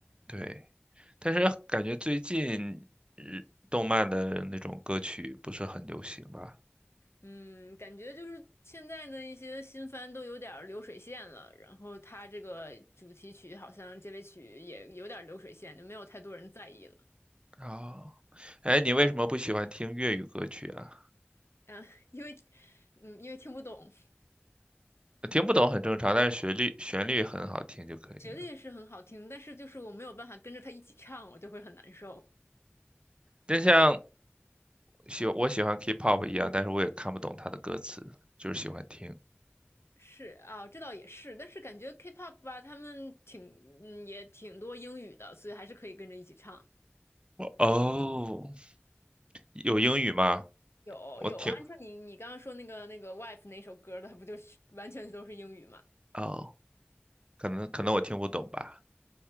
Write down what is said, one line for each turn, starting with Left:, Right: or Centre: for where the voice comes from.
Right: 对。但是感觉最近日动漫的那种歌曲不是很流行吧？
Left: 嗯，感觉就是现在的一些新番都有点儿流水线了，然后他这个主题曲好像结尾曲也有点儿流水线，就没有太多人在意了。
Right: 哦，哎，你为什么不喜欢听粤语歌曲啊？
Left: 嗯，<laughs> 因为，嗯，因为听不懂，
Right: 听不懂很正常，但是旋律旋律很好听就可以了。
Left: 旋律是很好听，但是就是我没有办法跟着他一起唱，我就会很难受。
Right: 就像喜我喜欢 K-pop 一样，但是我也看不懂它的歌词，就是喜欢听。
Left: 是啊，这倒也是，但是感觉 K-pop 吧，他们挺，嗯，也挺多英语的，所以还是可以跟着一起唱。
Right: 我哦，有英语吗？
Left: 有有啊，
Right: 我听
Left: 像你你刚刚说那个那个 Wife 那首歌的，不就是完全都是英语吗？
Right: 哦，可能可能我听不懂吧。